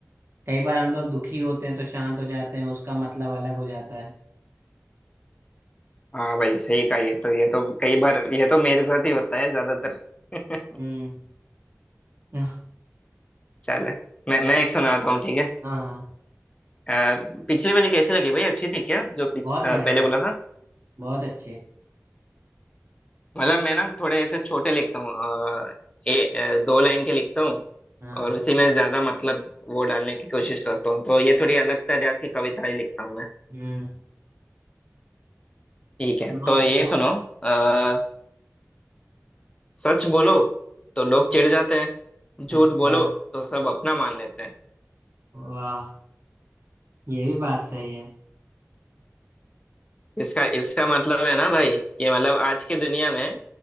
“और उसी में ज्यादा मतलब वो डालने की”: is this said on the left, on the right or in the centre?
Left